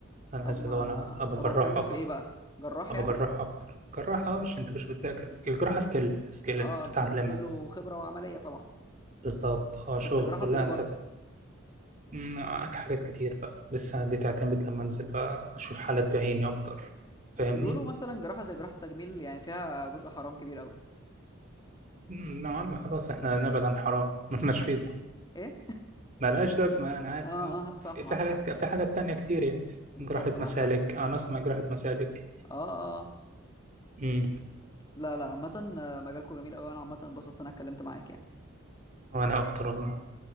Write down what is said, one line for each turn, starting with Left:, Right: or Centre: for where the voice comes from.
Right: انا
Left: طب
Right: عايز
Left: ما
Right: اللي هو انا ابقى
Left: طب هتكمل
Right: جراح اكتر
Left: في ايه بقى جراح
Right: ابقى
Left: يعني
Right: جراح اكتر جراحه آه، مش انت مش بتذاكر الجراحه سكيل سكيل
Left: اه
Right: انت بتتعلمها
Left: الجراحه سكيل وخبره وعمليه طبعا
Right: بالظبط اه شغل
Left: بس جراحه في
Right: لا
Left: ايه برضو
Right: انت مم، معاك حاجات كتير بقى لسه دي تعتمد لما انزل
Left: مم.
Right: بقى اشوف حالات بعيني اكتر فاهمني
Left: بس بيقولوا مثلا جراحة زي جراحة التجميل يعني فيها جزء حرام كبير قوي
Right: مم، يا عم خلاص احنا نبعد عن حرام <laughs> مالناش فيه ده
Left: ايه
Right: ملهاش لازمه
Left: <laughs>
Right: يعني عادي
Left: اه
Right: اه
Left: اه صح
Right: في
Left: معاك
Right: في حاجات
Left: حق
Right: في حاجات تانية كتير يعني
Left: بالظبط
Right: جراحة
Left: معاك
Right: مسالك
Left: حق
Right: انا اسمع جراحة مسالك
Left: اه اه آه.
Right: مم،
Left: لا لا عامة آه، مجالكم جميل قوي انا عامة انبسطت إن انا اتكلمت معاك يعني
Right: وانا اكتر والله